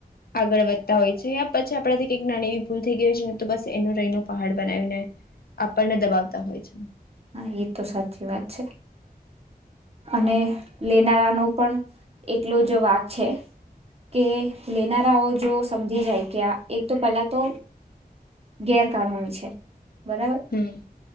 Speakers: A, on the left; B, on the right.
A: આગળ વધતા હોય છે પછી આપણાથી કઈક નાની એવી ભૂલ થઈ ગઈ હોય છે ને તો બસ એનો રહીનો પહાડ બનાવીને આપણને દબાવતા હોય છે
B: હા એ તો સાચી વાત છે અને લેનારાનોો પણ એલો જ વાક છે કે લેનારાઓ જો સમજી જાય કે આ એક તો પેલા તો ગેરકાનૂની છે બરાબર
A: હમ.